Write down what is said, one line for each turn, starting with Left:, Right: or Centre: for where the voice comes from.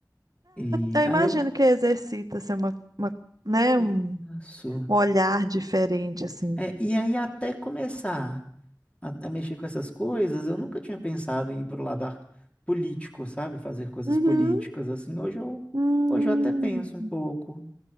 Left: E
Right: É, eu imagino
Left: aí eu.
Right: que exercita, assim, uma, uma, né,
Left: Isso.
Right: um um olhar diferente, assim.
Left: É, e aí até começar a, a mexer com essas coisas, eu nunca tinha pensado em ir pro lado ar- político, sabe? Fazer coisas
Right: Uhum.
Left: políticas assim. Hoje eu,
Right: Hum,
Left: hoje eu até penso um pouco,